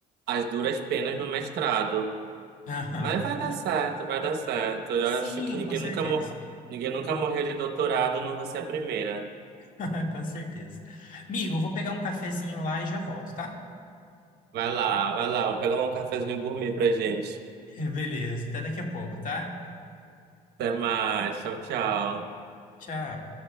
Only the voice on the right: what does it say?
as duras penas no mestrado.
Mas vai dar certo, vai dar certo. Eu
acho que ninguém
nunca, mor... ninguém nunca morreu de doutorado, não vou ser a primeira.
Vai lá, vai lá, vou pegar um cafezinho gourmet pra gente.
Até mais, tchau, tchau.